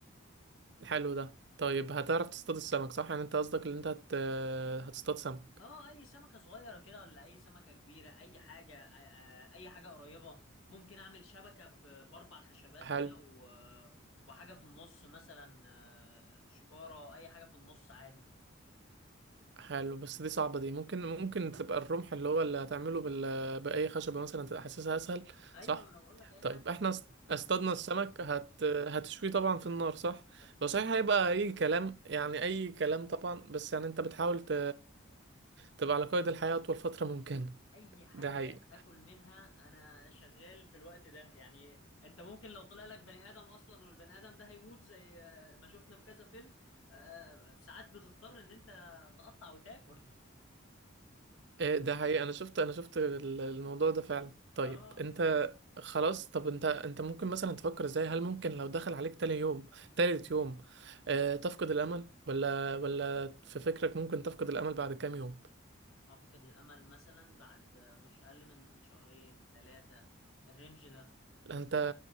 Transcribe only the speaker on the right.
حلو ده طيب هتعرف تصطاد السمك صح يعني انت قصدك ان انت هت... هتصطاد سمك
حلو
حلو بس دي صعبة دي ممكن ممكن تبقى الرمح اللي هو اللي هتعمله بال... بأي خشبة مثلا تبقى حاسسها أسهل
صح
طيب احنا
است- اصطادنا السمك هت... هتشويه طبعا في النار صح
هو صحيح
هيبقى أي كلام يعني أي كلام طبعا بس يعني انت بتحاول ت... تبقى على قيد الحياة أطول فترة ممكنة
ده حقيقي
إيه ده حقيقي انا شفت انا شفت ال- الموضوع ده فعلا
طيب
انت خلاص طب انت انت ممكن مثلا تفكر ازاي هل ممكن لو دخل عليك تاني يوم تالت يوم آه تفقد الامل ولا ولا في فكرك ممكن تفقد الامل بعد كام يوم
لا، انت